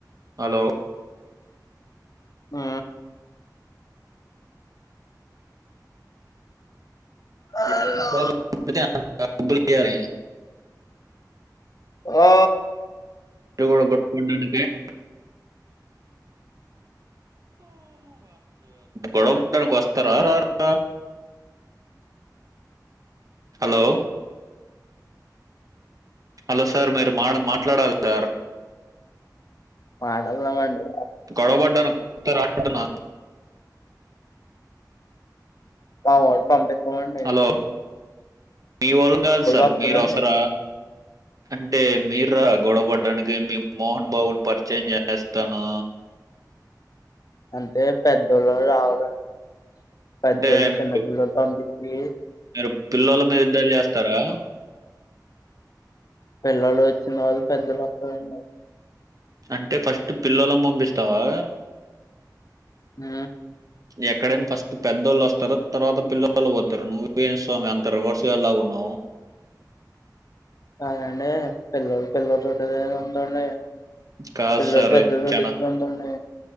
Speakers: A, on the right (about 55°); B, on the left (about 55°).
A: హలో
B: ఆ హలో.
A: <unintelligible> వాడికీ బాంఋ లేయాలే
B: ఆ
A: పొందామ కూడా కూడాంటనుక <inaudible> గొడవ పడడానికి వస్తారా రార హలో హలో సార్ మీరు మాడ మాట్లాడాలి సార్
B: పాటలు పాడండి
A: గొడవ పడ్డానికి వత్తార రాన
B: ఆ వస్తాం లే పోండి
A: హలో మీ వాళ్ళును కాదు సార్
B: వస్తారండి
A: మీరు వస్తార అంటే మీరు రార గొడవ పడ్డానికి మీ మోహన్ బాబుని పరిచయం చేయ వస్తనా
B: అంటే పెద్దోళ్ళు రావాలండి పెద్దోళ్ళు
A: అంటే మీరు
B: చిన్నపిల్లలతొ అండి హ్మ్
A: మీరు పిల్లొల్ల మీద యుద్దాలు చేస్తారా
B: పిల్లలు వచ్చింది కాదు పెద్దొలు వత్తారాండి
A: అంటే ఫస్ట్ పిల్లొలను పంపిస్తావా
B: ఆ
A: ఎక్కడైనా ఫస్ట్ పెద్దోళ్ళు వస్తారు తర్వాత పిల్లవాళ్ళు పోతరు నువ్ ఏంది స్వామి అంత రివర్స్ గాని లాగా ఉన్నావు.
B: అయ్ అండి పిల్లల పిల్లల చోటి ఉందండి
A: కాదు
B: పిల్లలు
A: సార్
B: పెద్ద చోటిచ్చ
A: చానా
B: ఉందండి